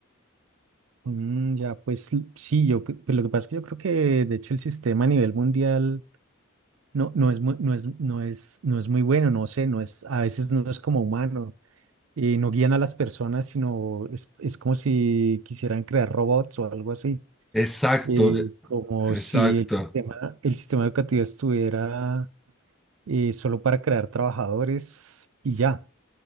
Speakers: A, on the right; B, in the centre.
A: Mm, ya, pues l- sí, yo, cre- pues, lo que pasa es que yo creo que de hecho el sistema a nivel mundial no, no es, mu- no es, no es, no es muy bueno, no sé, no es, a veces no es como humano. eh, no guían a las personas, sino es, es como si quisieran crear robots o algo así.
B: Exacto,
A: eh,
B: eh,
A: como
B: exacto,
A: si el sistema, el sistema educativo estuviera eh, solo para crear trabajadores y ya.